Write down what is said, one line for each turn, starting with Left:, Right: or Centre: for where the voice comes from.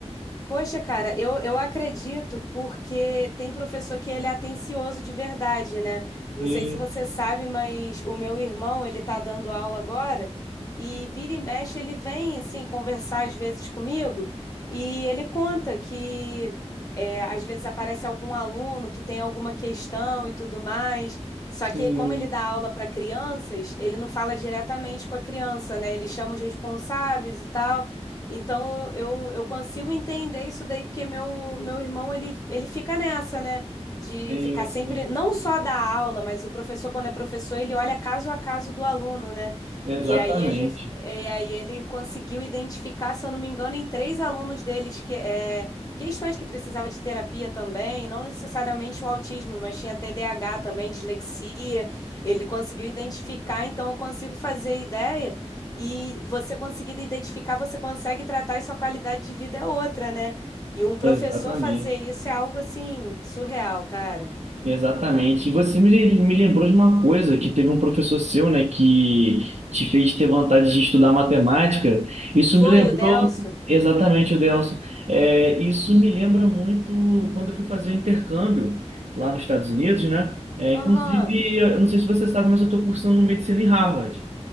Left: Poxa, cara, eu, eu acredito porque tem professor que ele é atencioso de verdade, né? Não
Right: Sim,
Left: sei se você sabe, mas o meu irmão, ele tá dando aula agora e vira e mexe, ele vem, assim, conversar às vezes comigo e ele conta que é, às vezes aparece algum aluno que tem alguma questão e tudo mais. Só
Right: sim,
Left: que como ele dá aula para crianças, ele não fala diretamente com a criança, né? Ele chama os responsáveis e tal. Então eu, eu eu consigo entender isso daí, porque meu, meu irmão ele, ele fica nessa, né? De
Right: sim,
Left: ficar sempre,
Right: sim.
Left: não só da aula, mas o professor, quando é professor, ele olha caso a caso do aluno, né?
Right: Exatamente,
Left: E aí ele, e aí ele conseguiu identificar, se eu não me engano, em três alunos deles que é, questões que precisava de terapia também, não necessariamente o autismo, mas tinha TDAH também, dislexia. Ele conseguiu identificar, então eu consigo fazer ideia. E você conseguindo identificar, você consegue tratar e sua qualidade de vida é outra, né? E um professor
Right: exatamente.
Left: fazer isso é algo assim, surreal, cara.
Right: Exatamente. E você me, me lembrou de uma coisa que teve um professor seu, né, que te fez ter vontade de estudar matemática. Isso
Left: Foi
Right: me lembrou
Left: o Delso?
Right: exatamente o Delson. É, isso me lembra muito quando eu fui fazer o intercâmbio lá nos Estados Unidos, né? É,
Left: Aham.
Right: inclusive, eu não sei se você sabe, mas eu estou cursando medicina em Harvard.